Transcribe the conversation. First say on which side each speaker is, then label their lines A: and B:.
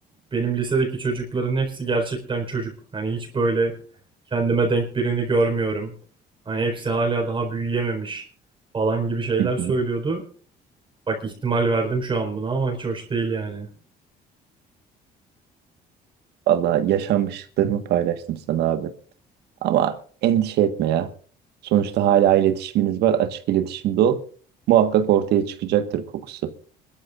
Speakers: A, on the right; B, on the right.
A: Benim lisedeki çocukların hepsi gerçekten çocuk. Hani hiç böyle kendime denk birini görmüyorum. Hani hepsi hala daha büyüyememiş falan gibi şeyler
B: Hı
A: söylüyordu.
B: hı.
A: Bak ihtimal verdim şu an buna ama hiç hoş değil yani.
B: Vallahi yaşanmışlıklarımı paylaştım sana abi. Ama endişe etme ya. Sonuçta hala iletişiminiz var. Açık iletişimde ol. Muhakkak ortaya çıkacaktır kokusu.